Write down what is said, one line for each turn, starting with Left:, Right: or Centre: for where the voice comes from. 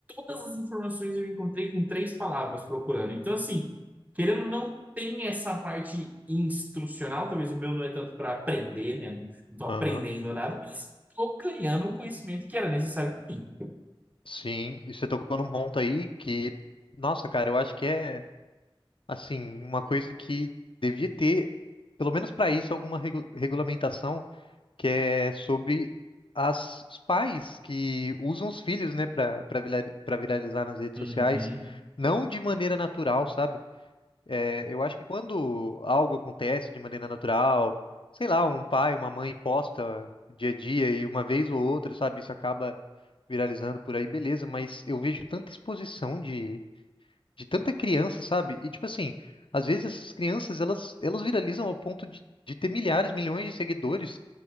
Right: Todas as informações eu encontrei com três palavras procurando. Então, assim, querendo ou não, tem essa parte instrucional. Talvez o meu não é tanto para aprender, né? Não estou
Left: aham.
Right: aprendendo nada, mas estou ganhando o conhecimento que era necessário para mim.
Left: Sim, e você tocou num ponto aí que, nossa, cara, eu acho que é, assim, uma coisa que devia ter, pelo menos para isso, alguma regu- regulamentação que é sobre as, os pais que usam os filhos, né, para para viralizar nas redes
Right: Uhum.
Left: sociais, não de maneira natural, sabe? É, eu acho que quando algo acontece de maneira natural, sei lá, um pai, uma mãe posta dia a dia e uma vez ou outra, sabe, isso acaba viralizando por aí, beleza, mas eu vejo tanta exposição de, de tanta criança, sabe? E tipo assim, às vezes essas crianças, elas, elas viralizam ao ponto de, de ter milhares, milhões de seguidores